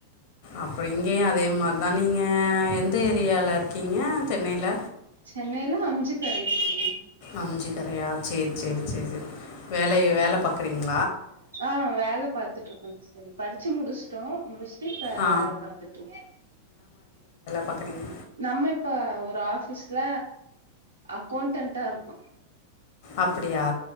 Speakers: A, on the left; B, on the right.
A: அப்டிங்கே அதே மாரி தா நீங்க எந்த ஏரியால இருக்கீங்க சென்னையில
B: சென்னைல அம்ஞிக்கரை தோழி
A: அம்சி கரையா செரி செரி
B: ம்
A: செரி செரி வேலைய வேல பாக்க கிரீங்க
B: ஆ வேலபாத்துட்டு இருக்கோம் தோழி படிச்சு முடிச்சுடோ முடிச் இப்ப
A: ஆ
B: வேல பாத்துட்டுருக்
A: பாக்கறீங்க
B: நம்ம இப்ப ஒரு ஆபீஸ்ல அக்கௌண்டன்டா இருக்கோ
A: அப்டியா